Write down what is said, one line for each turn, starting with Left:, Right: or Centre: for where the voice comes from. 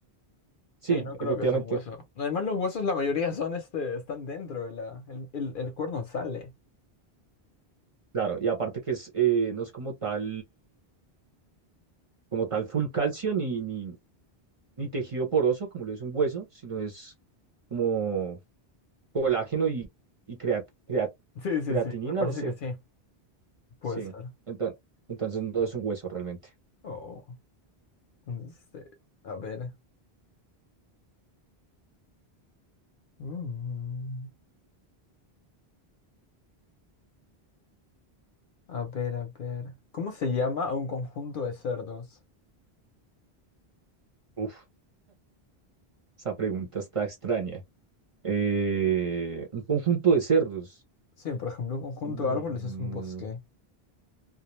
Right: Sí,
Left: Sí, no creo
Right: efectivamente.
Left: que sea un hueso. Además, los huesos, la mayoría son este, están dentro de la. El, el, el cuerno sale.
Right: Claro, y aparte que es, eh, no es como tal, como tal full calcio ni, ni, ni tejido poroso, como lo es un hueso, sino es como colágeno y, y creat- creat-
Left: Sí, sí,
Right: creatinina,
Left: sí, me parece
Right: no sé.
Left: que sí. Puede
Right: Sí.
Left: ser.
Right: Entonces, entonces no es un hueso realmente.
Left: Oh. Este, a ver. Mm, a ver, a ver. ¿Cómo se llama a un conjunto de cerdos?
Right: Uf, esa pregunta está extraña. Eh, un conjunto de cerdos.
Left: Sí, por ejemplo, un conjunto
Right: Mm,
Left: de árboles es un bosque.